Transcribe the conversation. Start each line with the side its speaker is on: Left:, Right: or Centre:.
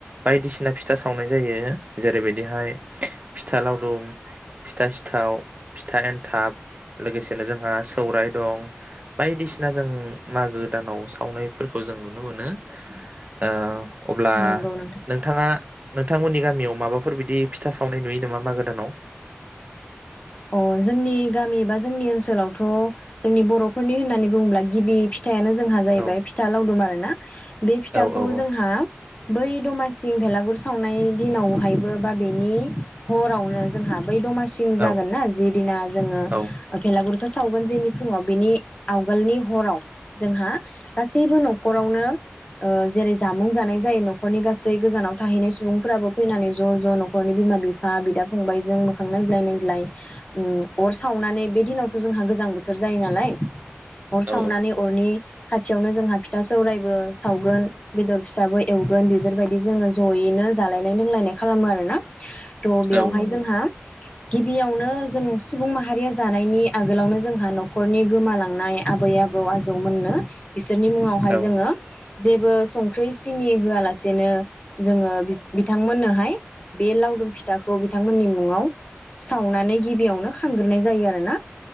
Right: बायदिसिना फिथा सावनाय जायो जेरैबायदिहाय फिथा लावदुम फिथा सिथाव फिथा एन्थाब लोगोसेनो जोंहा सौराइ दं बायदिसिना जों मागो दानाव सावनायफोरखौ जों नुनो मोनो। औ अब्ला
Left: नंगौ नोंथां
Right: नोंथाङा नोंथांमोननि गामियाव माबाफोर बिदि फिथा सावनाय नुयो नामा मागो दानाव
Left: अ जोंनि गामि एबा जोंनि ओनसोलावथ' जोंनि बर'फोरनि होननानै बुङोब्ला गिबि फिथायानो जोंहा जाहैबाय
Right: औ
Left: फिथा लावदुम आरोना बे फिथाखौ
Right: औ औ
Left: जोंहा बै दमासि बेलागुर सावनाय दिनावहायबो बा बेनि हरावनो जोंहा बै दमासि जागोनना
Right: औ
Left: जि दिना जोङो
Right: औ
Left: ओ भेलागुरखौ सावगोन बेनि आवगोलनि हराव जोंहा गासिबो न न'खरावनो ओ जेरै जामुं जानाय जायो न'खरनि गासै गोजानाव थाहैनाय सुबुंफोराबो फैनानै ज' ज' न'खरनि बिमा बिफा बिदा फंबायजों मोखां नाय नायज्लाय नायज्लाय अर सावनानै बे दिनावथ' जोंहा गोजां बोथोर जायो नालाय अर
Right: औ
Left: सावनानै अरनि खाथियावनो जोंहा फिथा सौरायबो सावगोन बेदर फिसाबो एवगोन बेफोरबायदि जोङो ज'यैनो जालायनाय लोंलायनाय खालामो आरोना। तह बेयावहाय
Right: औ नंगौ
Left: जोंहा गिबियावनो जों सुबुं माहारिया जानायनि आगोलावनो जोंहा न'खरनि गोमालांनाय आबै आबौ आजौमोननो बिसोरनि मुङावहाय
Right: औ
Left: जोङो जेबो संख्रि सिनि होआलासेनो जोङो बिथांमोननोहाय बे लावदुम फिथाखौ बिथांमोन नि मुङाव सावनानै गिबियावनो खांग्रोनाय जायो आरो ना।